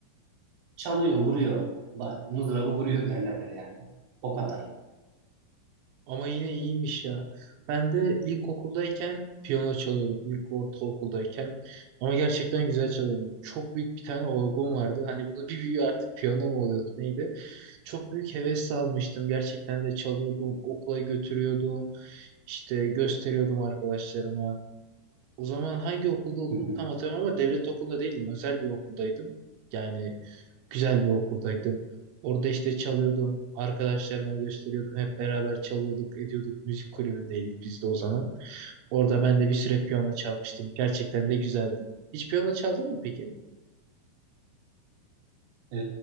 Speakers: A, on the right (about 70°); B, on the right (about 85°).
A: çalıyor, vuruyor. Ba- Mızrabı vuruyor <laughs> derler yani. O kadar.
B: Ama yine iyiymiş ya. Ben de ilkokuldayken piyano çalıyordum. İlk ortaokuldayken. Ama gerçekten güzel çalıyordum. Çok büyük bir tane orgum vardı. Hani bunu bir büyüğü artık piyano mu oluyordu neydi? Çok büyük heves almıştım. Gerçekten de çalıyordum. Okula götürüyordum. İşte gösteriyordum arkadaşlarıma. O zaman hangi okulda olduğumu
A: <laughs>
B: tam hatırlamıyorum ama devlet okulunda değildim. Özel bir okuldaydım. Yani güzel bir okuldaydım. Orada işte çalıyordum. Arkadaşlarıma gösteriyordum. Hep beraber çalıyorduk, ediyorduk. Müzik kulübündeydik biz de o zaman. Orada ben de bir süre piyano çalmıştım. Gerçekten de güzeldi. Hiç piyano çaldın mı peki?
A: Ee,